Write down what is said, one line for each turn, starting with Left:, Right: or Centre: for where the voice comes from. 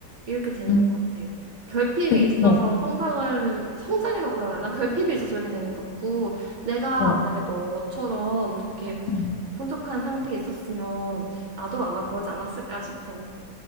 Right: 이렇게 되는
Left: 음.
Right: 것 같아. 결핍이
Left: 근,
Right: 있어서
Left: 어,
Right: 성장을, 성장이라고 해야 되나? 결핍이 있어서 이렇게 된 것 같고, 내가
Left: 어.
Right: 만약에 너처럼 이렇게
Left: 음.
Right: 풍족한 상태에 있었으면 나도 아마 그러지 않았을까 싶어.